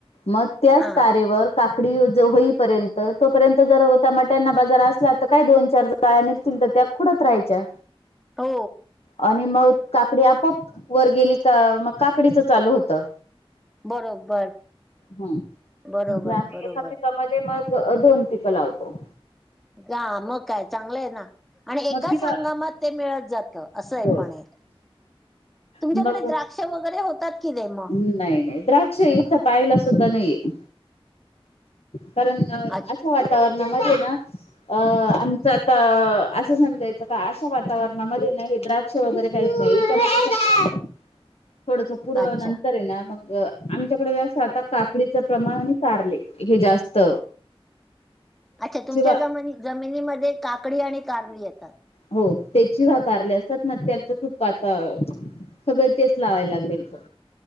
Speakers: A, on the left (about 85°); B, in the centre.
A: मग त्याच
B: हा
A: ता वर काकडी होईपर्यंत तोर्यंत जर टमाट्यांना बाजार असला तर, काय दोन, चार काळ्या निसतील तर त्या खुडत राहायच्या.
B: हो.
A: आणि मग काकडी आपोआप वर गेली का, मग काकडीच चालू होतं.
B: बरोबर.
A: हं,
B: बरोबर
A: म्हणजे आम्ही
B: बरोबर
A: एका पिकामध्ये मग दोन पिकं लावतो.
B: गा मग काय चांगलंय ना आणि एकाच
A: मग किंवा
B: हंगामात ते मिळत जात, असंय
A: हो
B: पण हे. तुमच्याकडे
A: मग
B: द्राक्ष वगैरे होतात कि नाही मग?
A: नाही, नाही, द्राक्ष इथ पाहायला सुद्धा नाहीेत, कारण
B: हम्म
A: वातावरणामधे ना अ आमचा
B: <inaudible>
A: असं समजायचं का, अशा वातावरणामध्ये नाही हे द्राक्ष वगैरे काहीच नाही <unintelligible>
B: <inaudible>
A: फूडच फूड
B: अच्छा
A: <unintelligible> मग आमच्याकडे जात आता काकडीच प्रमाण आणि कारले हे जास्त.
B: अच्छा, तुमच्या
A: चिवा
B: जमानी जमिनीमध्ये काकडी आणि कारली येतात.
A: हो, त्याची कारले असतात ना, त्याच खूप पातळ सगळं तेच लावायला लागले इथं.